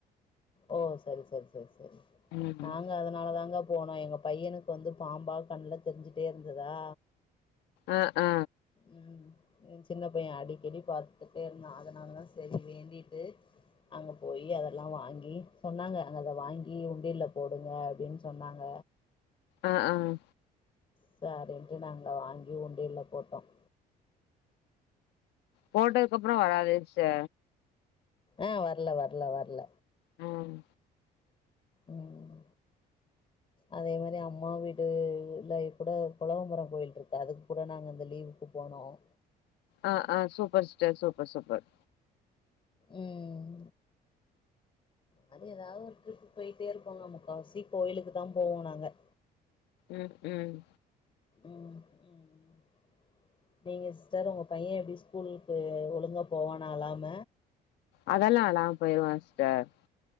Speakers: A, on the left; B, on the left.
A: ஒ சரி சரி சரி
B: ம்
A: நாங்க அதனால தாங்க போனோம் எங்க பையனுக்கு வந்து பாம்பா கண்ணுல தெரிஞ்சுட்டே இருந்ததா
B: அஆ
A: ம் சின்ன பையன் அடிக்கடி பாத்துட்டே இருந்தான் அதனால தான் சரி வேண்டிட்டு அங்க போய் அதெல்லாம் வா ங்கி சொன்னாங்க அங்க அத வாங்கி உண்டல போடுங்க அப்படின்னு சொன்னாங்க
B: ஆஹ் ஆஹ்
A: சரின்ட்டு நாங்க வாங்கி உண்டில போட்டோம்
B: போட்டதுக்கு அப்புறம் வராது ச
A: ஆஹ் வரல வரல வரல
B: உஹம்
A: உம் அதே மாதிரி அம்மா வீடுல கூட புளவம்பரம் கோயில் இருக்கு அதுக்கு கூட நாங்க இந்த லீவுக்கு போனோம்
B: ஆஹ் ஆஹ் சூப்பர் சிஸ்டர் சூப்பர் சூப்பர்
A: உம் அது ஏதாவது ஒரு டரிப் போயிட்டே இருப்போம் ந முக்கவசி கோயிலுக்கு தான் போவோம் நாங்க
B: உஉம்
A: ம் ம் நீங்க சிஸ்டர் உங்க பையன் எப்படி ஸ்கூலுக்கு ஒழுங்க போவோனா அழாம
B: அதெல்லாம் அழமா போயிருவான் சிஸ்டர்